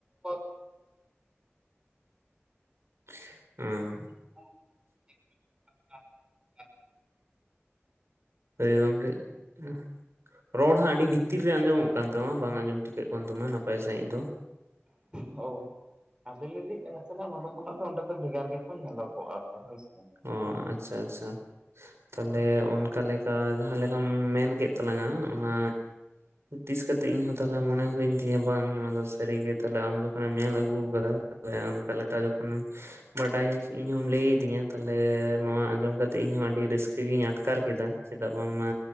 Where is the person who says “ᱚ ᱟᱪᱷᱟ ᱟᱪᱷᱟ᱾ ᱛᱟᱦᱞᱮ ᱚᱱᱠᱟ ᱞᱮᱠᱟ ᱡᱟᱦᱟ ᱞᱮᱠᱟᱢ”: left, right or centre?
Right